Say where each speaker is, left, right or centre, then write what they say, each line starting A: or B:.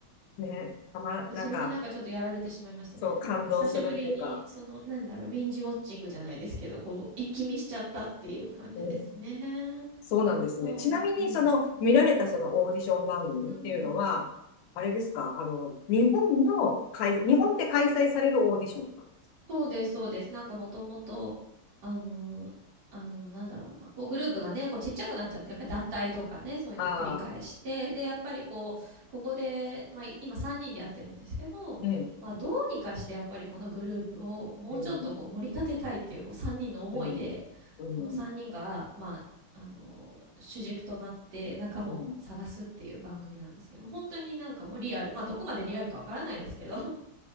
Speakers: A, on the left; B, on the right.
A: ね、たま、なんか、
B: それになんかちょっとやられてしまいましたね。
A: そう感動するっていうか、
B: なんか久しぶりに、その、なんだろう、ビンジウォッチングじゃないですけど、こう、一気見しちゃったっていう感じですね。
A: うんそうなんですね。
B: もう、
A: ちなみに、
B: うん。
A: その、見られたそのオーディション番組っていうのは、
B: うん。
A: あれですかあの、日本の開、日本で開催されるオーディションとか。
B: そうです、そうです。なんかもともと、あの、あの、なんだろうな、こうグループがね、こうちっちゃくなっちゃって、やっぱり脱退とかね、そういうのを繰り返して、
A: ああ、
B: で、やっぱりこう、ここで、まあい今3人でやってるんですけど、
A: うん、
B: まあどうにかしてやっぱりこのグループをもうちょっとこう盛り立てたいっていうこう3人の思いで、
A: うん、うん、うん、うん、
B: その3人が、まあ、あの、主軸となって仲間を探すっていう番組なんですけども、
A: うん。
B: 本当になんかもうリアル、まあどこまでリアルかわからないですけど、